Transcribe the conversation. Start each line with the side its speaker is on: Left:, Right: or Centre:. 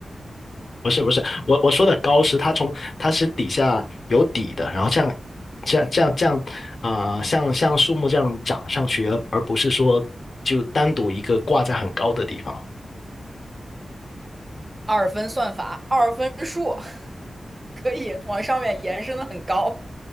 Left: 不是不是，我我说的高是它从它是底下有底的，然后这样这样这样这样，呃，像像树木这样长上去，而而不是说就单独一个挂在很高的地方，
Right: 二分算法，二分数，<laughs> 可以往上面延伸的很高。